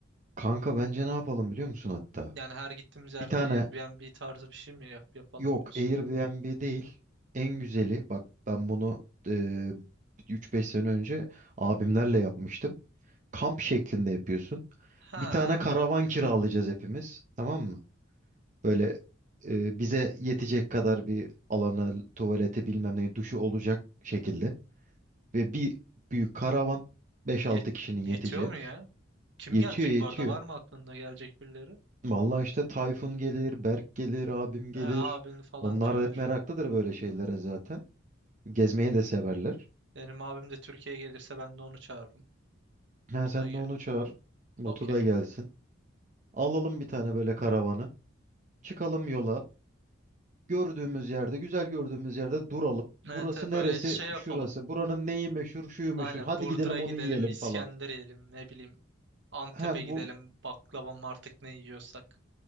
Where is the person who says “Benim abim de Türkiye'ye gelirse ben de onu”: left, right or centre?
Right